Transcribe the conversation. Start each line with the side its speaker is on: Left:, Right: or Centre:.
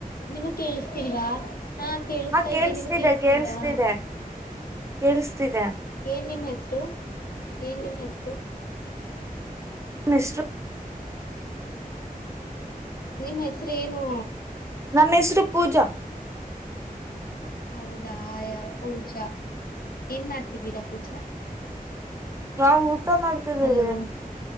Left: ನಿಮ ಕೇಳಿಸತಿಲ್ವಾ ಹಾ ಕೇಳಿಸತಾ
Right: ಕೇೇಳಸ್ತಿದೆ
Left: ಇದ್ದೆ ನಿಮ್ ಕೇಳಿಸತಿಲ್ವಾ.
Right: ಕೇೇಳಸ್ತಿದೆ ಕೇೇಳಸ್ತಿದೆ
Left: ಏನ್ ನಿಮ್ಮ್ ಹೆಸರು ಏನ್ ನಿನ್ನ ಹೆಸರು.
Right: ನಮ್ಮ ಹೆಸರು
Left: ನಿಮ್ಮ್ ಹೆಸರು ಏನು.
Right: ನಮ್ ಹೆಸರು ಪೂಜಾ.
Left: ಹೌದಾ ಯಾ ಪೂಜಾ ಏನ್ ಮಾಡ್ತಿದೀರಾ ಪೂಜಾ.
Right: ನಾ ಊಟಾ ಮಾಡ್ತಿದ್ದೀವಿ.
Left: ಹಲೋ